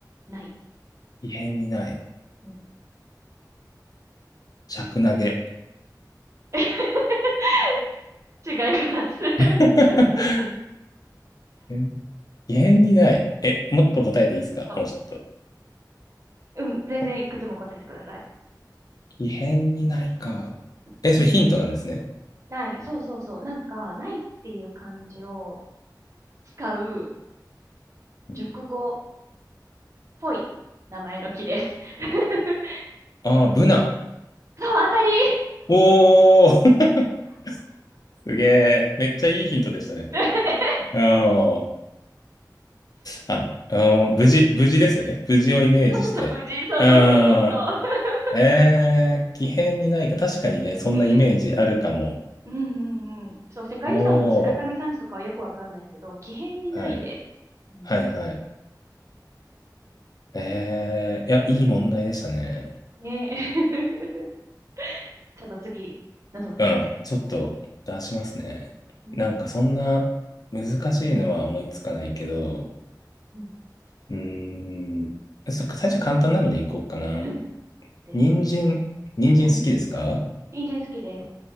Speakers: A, on the right (about 45°); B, on the left (about 60°).
A: ない。
B: 異変にない。
A: うん、
B: 尺投げ
A: <laughs> 違います。<laughs>
B: <laughs> え異変にない。え、もっと答えていいですかもうちょっと。
A: うんそううん、全然いくつも答えてください。
B: お異変にないか。
A: うんうん
B: え、それヒントなんですね。
A: ない、そうそうそう。なんか、ないっていう漢字を使う
B: うん、
A: 熟語っぽい名前の木です。<laughs>
B: ああ、ブナ。
A: そう、当たり
B: おー <laughs> すげえ。めっちゃいいヒントでしたね。
A: <laughs> ね。
B: うん。あ、うん、無事、無事ですよね。無事をイメージして。
A: そうそうそう、無事。そうそうそうそうそ
B: うん。えー、奇変にないか。確かにね、そんなイメージあるかも。
A: う。うん。うんうんうん。そう、世界遺産の白神山地とかはよくわかんないけど、
B: おー。
A: 奇変にないで。
B: はい。
A: うん、
B: はいはい。えー、いや、いい問題でしたね。
A: ねえ。<laughs> ちょっと次、のぞむさん出してください。
B: うん。ちょっと出しますね。
A: うん。
B: なんかそんな難しいのは思いつかないけど、
A: うん。
B: うーん。そっか最初簡単なのでいこうかな。
A: うん。ぜひぜひ。
B: 人参、人参好きですか
A: うん。人参好きです。